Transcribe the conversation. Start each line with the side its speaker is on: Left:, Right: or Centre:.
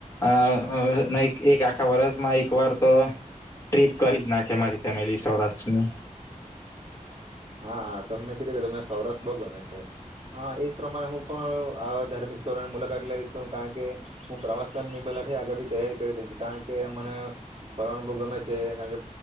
Left: અ ન એક આખા વર્ષમાં એક વાર તો ટ્રીપ કરી જ નાખે મારી ફેમિલી સૌરાષ્ટ્રની
Right: હા તમને કીધું કે તમને સૌરાષ્ટ્ર બહુ ગમે છે. હા એજ પ્રમાણે હું પણ આવા ધાર્મિક સ્થળોની મુલાકાત લઈ છું. કારણ કે હું પ્રવાસનની પહેલાથી આગળથી તૈયારી કરી દઉ છું કારણ કે મને ફરવાનું બહુ ગમે છે. કારણ કે